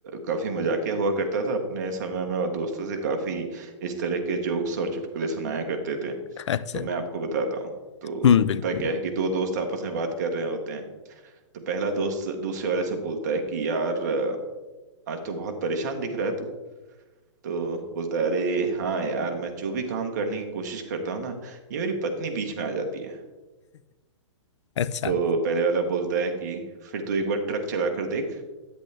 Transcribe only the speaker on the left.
अच्छा
हम्म बिल्कुल
अच्छा